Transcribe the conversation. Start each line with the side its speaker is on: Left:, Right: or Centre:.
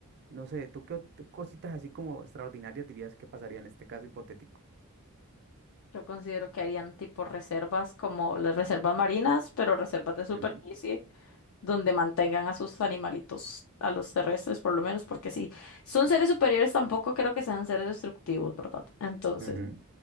Right: No sé, ¿tú qué ot- cositas así como extraordinarias dirías que pasaría en este caso hipotético?
Left: Yo considero que harían tipo reservas como las reservas marinas, pero reservas de superficie.
Right: Ujú,
Left: donde mantengan a sus animalitos, a los terrestres por lo menos, porque si son seres superiores tampoco creo que sean seres destructivos, ¿verdad? Entonces,
Right: ujú.